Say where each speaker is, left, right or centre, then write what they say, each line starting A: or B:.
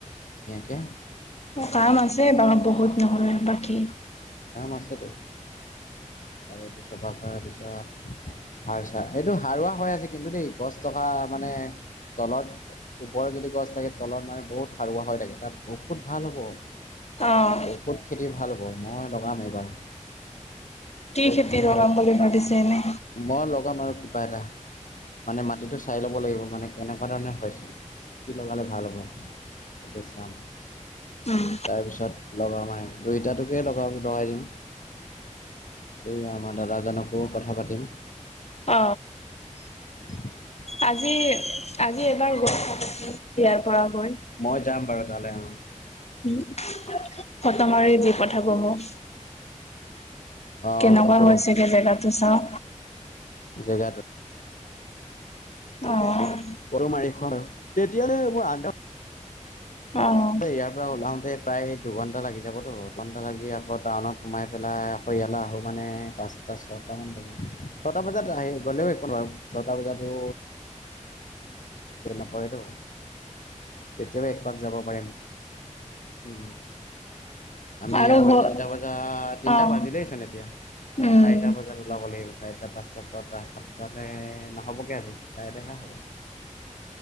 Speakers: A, on the left (about 90°); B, on the left (about 55°).
A: কে
B: কাম আছে বাৰু বহুত নহয় বাকী
A: কাম আছে তোৰ? গড়ীটো চফা কৰাৰ পিছত হয় ছা এইটো হাৰুৱা হৈ আছে কিন্তু দেই গছ থকা মানে তলত ওপৰত যদি গছ থাকে তলত মানে বহুত সাৰুৱা হৈ থাকে তাত বহুত ভাল হ'ব।
B: অ',
A: ঔষধ খেতি ভাল হ'ব মই লগাম এইবাৰ। এতিয়া
B: খেতি
A: কি
B: লগাম
A: হয়
B: বুলি ভাবিছে এনে?
A: মই লগাম আৰু কিবা এটা, মানে মাটিটো চাই ল'ব লাগিব মানে কেনেকোৱা ধৰণে হৈছে। কি লগালে ভাল হ'ব সেইটো চাম,
B: উম,
A: তাৰপিছত লগাব মাৰিম দুইটাতোকে লগ লগাই দিম। এই আমাৰ দাদাজনকো কথা পাতিম।
B: অ।
A: <unintelligible>
B: আজি আজি এবাৰ গ ইয়াৰ পৰা গৈ হয়
A: মই যাম বাৰু তালৈ অ'।
B: উম। ফটমাৰি দি পঠাব মোক
A: অ'
B: কেনেকোৱা
A: ফটো
B: হৈছে সেই জেগা তো চাও
A: জেগাটো
B: অ',
A: পৰু মাৰি খা আৰু তেতিয়ালে মই আগদ
B: অ',
A: ইয়াৰ পৰা ওলাওতে প্ৰায় দুঘণ্টা লাগি যাবতো দুঘণ্টা লাগি আকৌ টাউনত সোমাই পেলাই আকৌ ইয়ালৈ আহো মানে পাঁচ ছটামান ব ছটা বজাত আহি গ'লেও একো ন বোৱাৰ ছটা বজাতো। বেল নপৰেতো তেতিয়াও একপাক যাব পাৰিম। উম আমি
B: আৰু
A: ইয়াৰ
B: ঘৰ
A: পৰা তিনিটা বজা তিনিটা
B: অ',
A: বাজিলেইছ ন এতিয়া।
B: উম,
A: চাৰিটা বজাত ওলাব লাগিব চাৰটা পাঁচ। তাৰ ছটা সাতটালৈ নহ'বগৈ আজি কাইলৈহে হ'ব।